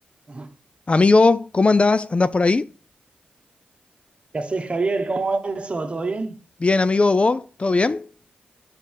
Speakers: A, on the right (about 35°); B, on the left (about 35°).
A: ¿Qué
B: Amigo, ¿cómo andás? ¿Andás por ahí?
A: haces, Javier? ¿Cómo va eso? ¿Todo bien?
B: Bien, amigo, ¿vos? ¿Todo bien?